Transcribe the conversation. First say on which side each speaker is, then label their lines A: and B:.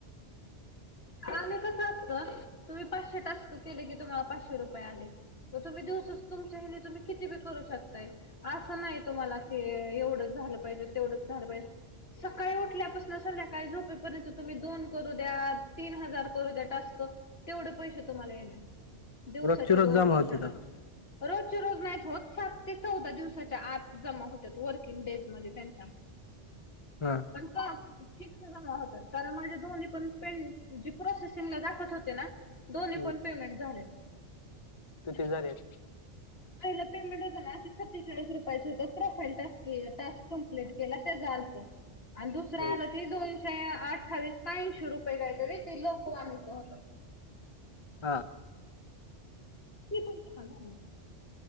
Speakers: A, on the left; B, on the left.
A: कसं असतं तुम्ही पाचशे टास्त केले की तुम्हाला पाचशे रुपये आले. व तुम्ही दिवसच तुमच्याही तुम्ही किती बी करू शकताय. असं नाही तुम्हाला की एवढंच झालं पाहिजे तेवढंच झालं पाहिजे. सकाळी उठल्यापासून संध्याकाळी झोपेपर्यंत तुम्ही दोन करू द्यात. तीन हजार करू द्या टस्क तेवढे पैसे तुम्हाला येणार. दिवसाचे
B: रोजची रोज
A: दोन
B: जमा
A: तीन
B: होते
A: हजार
B: का?
A: रोजचे रोज नाही होत सात ते चौदा दिवसाच्या आत जमा होतात वर्किंग डेज मध्ये त्यांच्या
B: हम.
A: पण का फिक्स जमा होतात कारण माझ्या दो्न्ही पण पेडले. ज प्रोसेसिंगला दाखत होते ना दोन्ही
B: हम्म
A: पण पेमेंट झाले.
B: किती झालेत.
A: पहिला पेमेंट होत ना सत्तेचाळीस रुपयाच होतो प्रोफाईल ट टास्क कमप्लीट केला त्याचा होत. आणि दुसर
B: हम्म.
A: आलं ती दोनशे अठ्ठावीस का ऐंशी रुपये काहीतरी ती लोकवानीच होत.
B: हां.
A: ते पण जमा झाले.